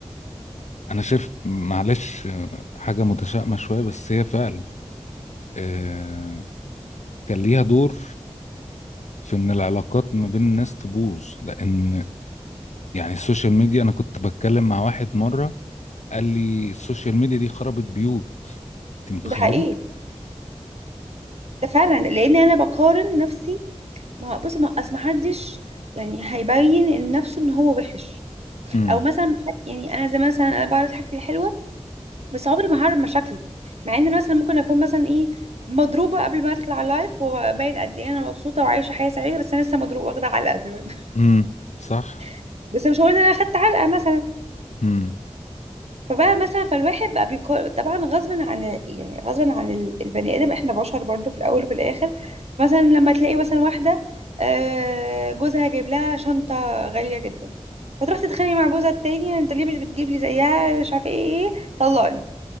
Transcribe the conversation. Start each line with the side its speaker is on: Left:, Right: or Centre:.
Left: انا شايف معلش حاجه متشائمه شويه بس هي فعلا آه، كان ليها دور في ان العلاقات ما بين الناس تبوظ لان يعني السوشيال ميديا انا كنت بتكلم مع واحد مره قال لي السوشيال ميديا دي خربت بيوت انت متخيل
Right: ده حقيقي ده فعلا لأن أنا بقارن نفسي ما بص ما أصل محدش يعني هيبين إن نفسه إن هو وحش
Left: امم
Right: او مثلا بحب- يعني انا زي مثلا انا بعرض حاجتي الحلوه بس عمري ما هعرض مشاكلي مع ان انا مثلا ممكن اكون مثلا ايه مضروبه قبل ما اطلع لايف وباين قد ايه انا مبسوطه وعايشه حياه سعيده بس انا لسه مضروبه واخده علقه دلوقتي
Left: امم صح
Right: <laughs> بس مش هقول ان انا اخدت علقه مثلا
Left: امم
Right: فبقى مثلا فالواحد بقى بيقارن طبعا غصب عن يعني غصب عن ال- البني ادم احنا بشر برضو في الاول وفي الاخر مثلا لما تلاقي مثلا واحده آه، جوزها جايب لها شنطه غاليه جدا فتروح تتخانق مع جوزها التاني انت ليه مش بتجيب لي زيها مش عارفه ايه ايه إيه، طلقني